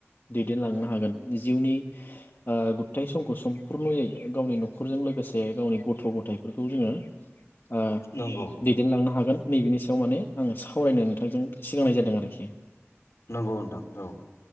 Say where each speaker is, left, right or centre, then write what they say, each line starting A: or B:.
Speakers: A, on the left; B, on the left.
A: दैदेनलांनो हागोन जिउनि ओ गुथाय समखौ समपुरनयै गावनि न'खरजों लोगोसे गावनि गथ' गथायफोरखौ जोङो ओ
B: नंगौ
A: दैदेनलांनो हागोन। नैबेनि सायाव माने आं सावरायनो नोंथांजों सिगांनाय जादों आरोखि।
B: नंगौ नोंथां औ